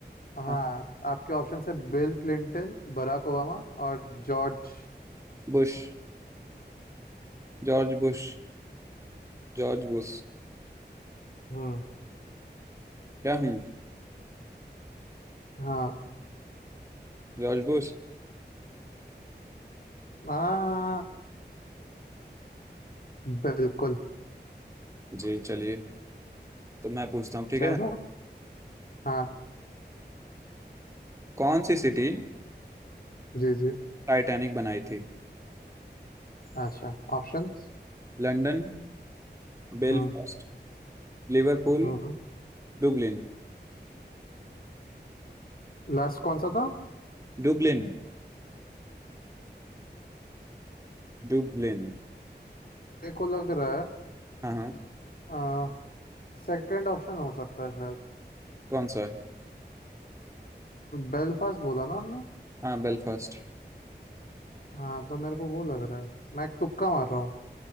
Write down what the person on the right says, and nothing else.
था
Bush George Bush George Bush
क्या हूँ
जॉर्ज बुश
जी चलिए तो मैं पूछता हूँ ठीक
है
कौन सी सिटी
टाइटैनिक बनाई थी
London Belfast
Liverpool
Dublin
Dublin Dublin
हाँ हाँ
कौन सा है
हाँ बेलफास्ट